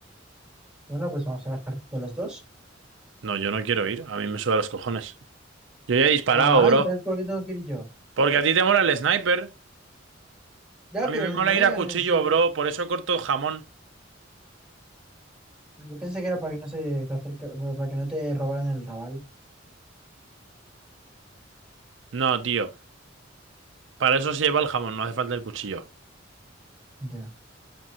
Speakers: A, in the centre; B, on the right (about 75°).
A: Bueno, pues vamos al ejército los dos.
B: No, yo no quiero ir. A mí me suda los cojones. Yo ya he disparado,
A: Ah,
B: bro.
A: entonces, ¿por qué tengo que ir yo?
B: Porque a ti te mola el sniper.
A: Ya,
B: A
A: pero
B: mí me mola
A: no me
B: ir a
A: van
B: cuchillo,
A: a enseñar.
B: bro. Por eso corto el jamón.
A: Yo pensé que era para que no se te acerca, para que no te robaran el rabal.
B: No, tío. Para eso se lleva el jamón, no hace falta el cuchillo.
A: Ya.